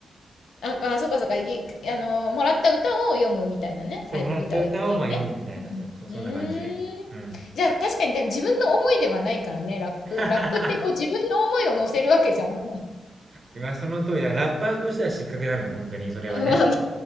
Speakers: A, on the left; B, on the right.
A: あ、あ、そうかそうか、い、あの、もらった歌を読むみたいなね。
B: そう、
A: あ、
B: もらった歌をまあ読むみたいな、
A: 歌うっていうね。うん。
B: そう、そう、そんな感じ。
A: うーん。
B: うん。
A: じゃあ確かにでも自分の思いではないからね、ラップ。
B: <laughs>
A: ラップってこう自分の思いを乗せるわけじゃん。<laughs> ま
B: 今その通りだ。ラッパーとしては失格なのよ、本当に、それはね。
A: あまあまあ、